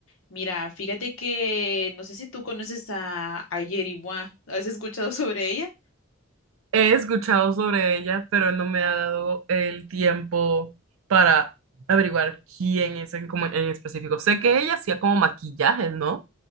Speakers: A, on the left (about 70°); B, on the right (about 70°).
A: Mira, fíjate que no sé si tú conoces a, a Yeri Mua. ¿Has escuchado <laughs> sobre ella?
B: He escuchado sobre ella, pero no me ha dado el tiempo para averiguar quién es en, como en específico. Sé que ella hacía como maquillajes, ¿no?